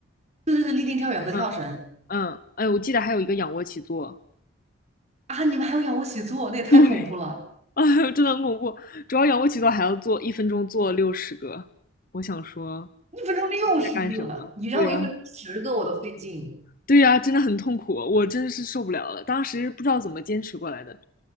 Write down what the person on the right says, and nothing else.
对对对，立定跳远和跳绳
啊，你们还有仰卧起坐，那也太恐怖了。
一分钟六十个，
你让我一分钟十个我都费劲。